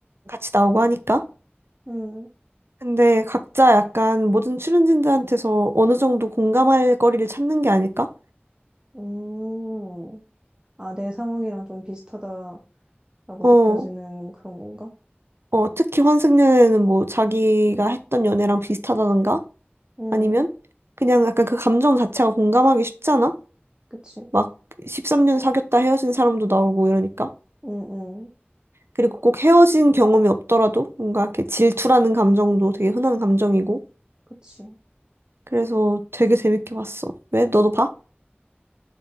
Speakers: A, on the right; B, on the right.
A: 같이 나오고 하니까.
B: 응,
A: 근데 각자 약간 모든 출연진들한테서 어느 정도 공감할 거리를 찾는 게 아닐까?
B: 응. 아, 내 상황이랑 좀 비슷하다라고
A: 어,
B: 느껴지는 그런 건가?
A: 어, 특히 환승 연애는 뭐 자기가 했던 연애랑 비슷하다던가?
B: 응,
A: 아니면 그냥 약간 그 감정 자체가 공감하기 쉽잖아?
B: 그치?
A: 막 13년 사귀었다 헤어진 사람도 나오고 이러니까.
B: 응, 응,
A: 그리고 꼭 헤어진 경험이 없더라도 뭔가 이렇게 질투라는 감정도 되게 흔한 감정이고.
B: 그치?
A: 그래서 되게 재밌게 봤어. 왜? 너도 봐?